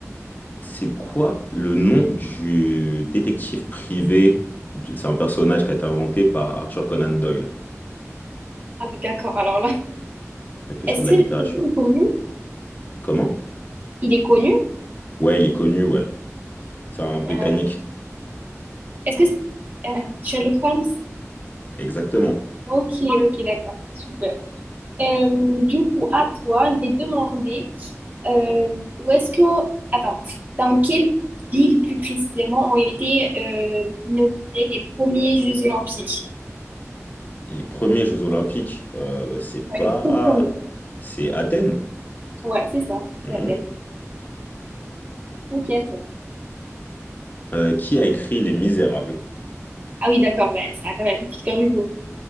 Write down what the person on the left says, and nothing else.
c'est quoi le nom du détective privé? du- C'est un personnage qui a été inventé par Arthur Conan Doyle.
On est plus
sur de
la littérature.
Comment?
Ouais, il est connu, ouais. C'est un Britannique.
Exactement.
Les premiers Jeux Olympiques, euh, c'est
pas...
C'est Athènes.
Mhm.
Euh, qui a écrit Les Misérables?